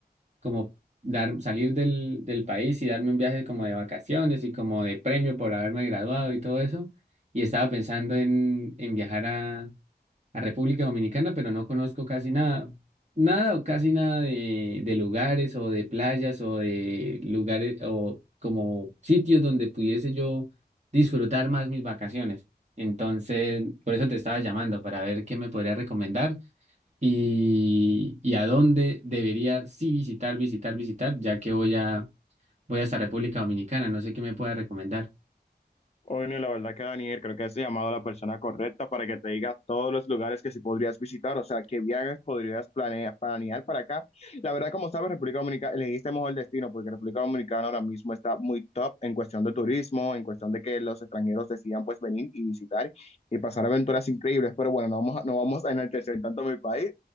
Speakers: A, on the right; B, on the left.
A: como dar, salir del, del país y darme un viaje como de vacaciones y como de premio por haberme graduado y todo eso. Y estaba pensando en, en viajar a República Dominicana, pero no conozco casi nada, nada o casi nada de, de lugares o de playas o de lugares o como sitios donde pudiese yo disfrutar más mis vacaciones. Entonces, por eso te estaba llamando para ver qué me podría recomendar y, y a dónde debería sí visitar, visitar, visitar, ya que voy a voy hasta República Dominicana, no sé qué me pueda recomendar.
B: Bueno, la verdad que Daniel, creo que has llamado a la persona correcta para que te diga todos los lugares que sí podrías visitar, o sea, qué viajes podrías planear, planear para acá. La verdad, como sabes, República Dominicana, elegiste mejor destino porque República Dominicana ahora mismo está muy top en cuestión de turismo, en cuestión de que los extranjeros decidan pues venir y visitar y pasar aventuras increíbles, pero bueno, no vamos, a- no vamos a enaltecer tanto mi país.